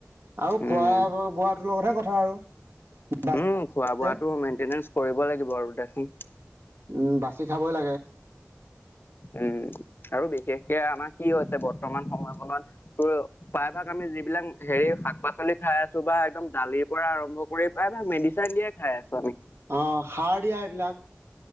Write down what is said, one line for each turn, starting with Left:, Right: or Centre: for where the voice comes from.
Right: আও খোৱা
Left: উম
Right: বোৱাটোৰ লগতহে কথা আৰু বাচ
Left: উম খোৱা বোৱাটো
Right: যে।
Left: মেইনটেনেঞ্চ কৰিব লাগিব আৰু দেখি।
Right: উম বাছি খাৱই লাগে।
Left: উম আৰু বিশেষকে আমাৰ কি হৈছে বৰ্তমান সময়কণত তোৰ প্ৰায়ভাগ আমি যি। বিলাক হেৰি শাক পাচলি খাই আছো বা একদম দালিৰ পৰা আৰম্ভ কৰি প্ৰায় ভাগ মেডিচিন দিয়াই খাই আছো আমি।
Right: অহ সাৰ দিয়া এইবিলাক